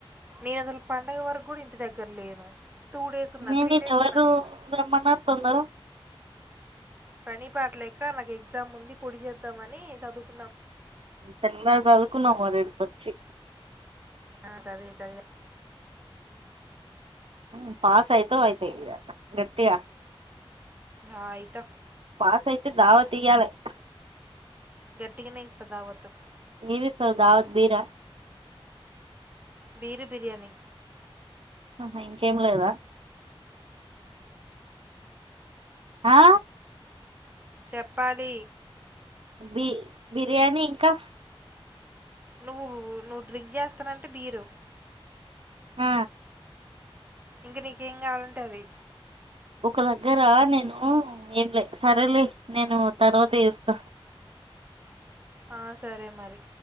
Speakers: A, on the right; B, on the right.
A: నేను అసలు పండగ వరకు కూడా ఇంటిదగ్గర లేను టూ డేస్ ఉన్నా
B: అన్నా
A: త్రీ
B: నిన్ను
A: డేస్
B: ఎవరు
A: ఉన్నా
B: రమ్మన్నారు తొందరగా
A: పని పాటలేక ఎగ్జామ్ ఉంది పొడి చేద్దాంమని చదువుకున్న
B: తెల్లారి చదువుకున్నాం మరి వచ్చి
A: ఆ చదవ చదివా
B: హు పాస్ అయితావ్ గట్టిగా
A: ఆ అయిత
B: పాస్ అయితే దావత్ తే దిగావులేఏమి
A: గట్టిగానే ఇస్తా దావత్తు
B: ఇస్తావ్ దావత్ బీరా
A: బీరు బిర్యానీ
B: ఆహా ఇంకేం లేదా ఆ
A: చెప్పాలి
B: బి బిర్యానీ ఇంకా
A: నువ్వు నువ్వు డ్రింక్ చేస్తానంటే బీరు
B: ఆ
A: ఇంకా నీకేం కావాలంటే అది
B: ఒక దగ్గర నేను ఏం లే సరేలే నేను తర్వాత చేస్తా
A: ఆ సరే మరి